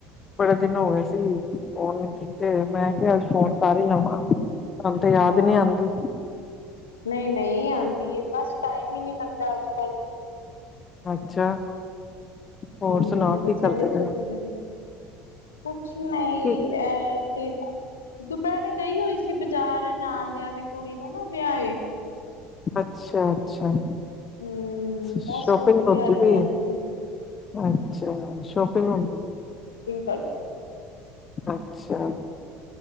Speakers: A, on the left; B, on the left.
A: ਬੜੇ ਦਿਨ ਹੋ ਗਏ ਸੀ, ਫੋਨ ਕੀਤੇ ਮੈਂ ਕਿਹਾ ਅੱਜ 'ਫੋਨ' ਕਰ ਹੀ ਲਵਾਂ। ਤੁਹਾਨੂੰ ਤੇ ਯਾਦ
B: ਹਾਂ
A: ਨੀ ਆਂਦੀ
B: ਨਹੀਂ -ਨਹੀਂ ਆਉਂਦੀ ਹੈ। ਬਸ ਟਾਈਮ ਹੀ ਨਹੀਂ ਲੱਗਦਾ ਅੱਜ- ਕੱਲ
A: ਅੱਛਾ। ਹੋਰ
B: ਹਮ
A: ਸੁਣਾਓ
B: ਬੱਚਿਆਂ
A: ਕੀ ਕਰਦੇ
B: ਦੇ
A: ਪਏ
B: ਛੁੇ
A: ਹੋ?
B: ਵ ਕੁਛ ਨਹੀਂ
A: ਕੀ
B: ਹੈ ਇੱਥੇ <unintelligible> ਦੁਪਹਿਰੇ ਗਈ ਹੋਈ ਸੀ। 'ਬਾਜ਼ਾਰ' ਨਾਲਦਿਆਂ ਦੀ ਕੁੜੀ ਦਾ ਨਾ ਵਿਆਹ ਏ।
A: ਅੱਛਾ, ਅੱਛਾ।
B: ਹਮ
A: 'ਸ਼ੋਪਿੰਗ'
B: ਬਸ ਉਹਦੀ ਤਿਆਰੀ
A: ਹੋਂਦੀ
B: ਕਰਾਂਦੀ
A: ਪਈ ਏ
B: ਸੀ
A: ਅੱਛਾ ਸ਼ੋਪਿੰਗ ਹੋਦੀ।
B: ਕ <unintelligible>
A: ਅੱਛਾ,